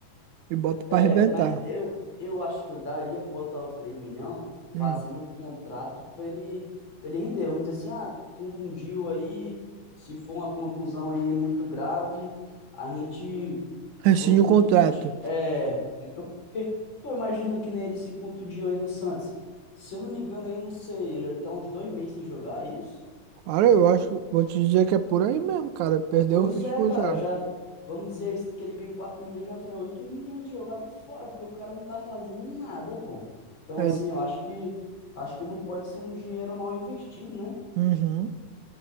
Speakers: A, on the right; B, on the left.
A: e bota pra
B: É,
A: arrebentar.
B: mas eu, eu acho que eu daria pra botar os 3 milhões fazendo
A: Hum.
B: um contrato pra ele, pra ele render. Vamos dizer assim, ah, contundiu aí, se for uma contusão aí muito grave, a gente
A: Rescinde
B: vamos
A: o
B: ter
A: contrato.
B: que, de- é, entendeu? Porque, pô, imagina que nem ele se contundiu aí no Santos. Se eu não me engano, aí, não sei, ele tá uns dois meses sem jogar, é isso?
A: Cara,
B: Vai
A: eu
B: Tá uns,
A: acho, vou te dizer que é por aí mesmo, cara, perdeu
B: Pois
A: o ritmo
B: é, cara,
A: já.
B: já vamos dizer isso, que ele ganhou 4 milhões, já foi 8 milhões jogado fora, porque o cara não tá fazendo nada, pô. Então,
A: É.
B: assim, eu acho que acho que não pode ser um dinheiro mal investido, né?
A: Uhum.